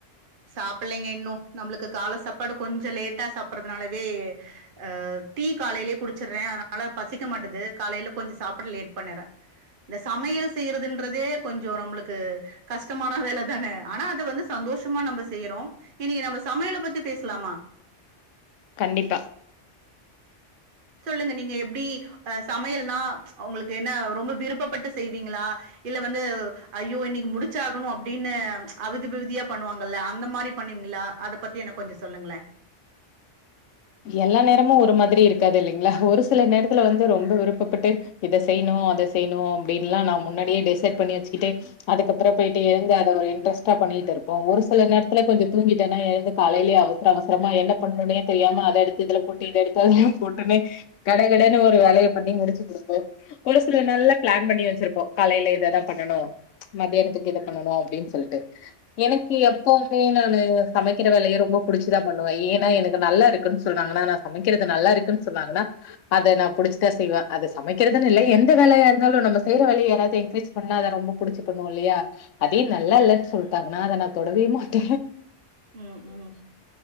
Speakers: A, on the right; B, on the left.
A: சாப்பில்லிங்க இன்னு நம்புளுக்கு கால சாப்பாடு கொஞ்சோ லேட்டா சாப்பறதுனாலவே அ டீ காலைலே குடிச்சர்றே அதனால பசிக்க மாட்டுது காலைல கொஞ்சோ சாப்ட லேட் பண்ணிர்றே இந்த சமையல் செய்றதுன்றதே கொஞ்சோ நம்ளுக்கு கஷ்டமான வேல தான ஆனா அது வந்து சந்தோஷ் மா நம்ப செய்றோ இன்னைக்கு நம்ம சமையல பத்தி பேசலாமா
B: கண்டிப்பா
A: சொல்லுங்க நீங்க எப்டி அ சமையல்னா உங்ளுக்கு என்னா ரொம்ப விருப்பப்பட்டு செய்வீங்ளா இல்ல வந்து ஐயோ இன்னைக்கு முடிச்சாகுணு அப்டின்னு அவுதிவிவுதியா பண்ணுவாங்கல்ல அந்த மாரி பண்ணி ங்கிளா அத பத்தி எனக்கு கொஞ்சோ சொல்லுங்ளே
B: எல்லா நேரமு ஒரு மாதிரி இருக்காது இல்லிங்களா ஒரு சில நேரத்துல வந்து ரொம்ப விருப்பப்பட்டு இத செய்ணு னோட அத செய்னோ அப்டின்லா நா முன்னாடியே டிசைட் பண்ணி வெச்சிகிட்டு அதுக்கப்புறோ போய்ட்டு எழுந்த அத ஒரு இன்ட்ரெஸ்டாப் பண்ணிட்டிருப்போ ஒரு சில நேரத்தில கொஞ்சோ தூங்கிட்டேனா எழுந்து காலைலியே அவசர அவசரமா என்ன பண்ணுனே தெரியாம அத எடுத்து இதுல போட்டு இத எடுத்து அதுல போட்டுன்னே கட கடன்னு ஒரு வேலய பண்ணி முடிச்சி குடுப்போ ஒரு சில நாள்ள பிளான் பண்ணி வெச்சிருப்போம் காலைல இததா பண்ணனு மத்தியானத்துக்கு இத பண்ணணு அப்டின் சொல்ட்டு எனக்கு எப்பவுமே நானு சமைக்கிற வேலைய ரொம்ப புடிச்சிதா பண்ணுவ ஏன்னா எனக்கு நல்லாருக்குன் சொல்றாங்கன்னா நா சமைக்கிறது நல்லா இருக்குன் சொன்னாங்கன்னா அத நா புடிச்சிதா செய்வ அத சமைக்கிறதுன் இல்ல எந்த வேலையாருந்தாலு நம்ம செய்யற வேலைய யாராவது என்கரேஜ் பண்ண அத ரொம்ப புடிச்சி பண்ணுவோ இல்லையா அதே நல்ல இல்லன் சொல்ட்டா ங்கனா அத நா தொடவே மாட்ட
A: ம் ம்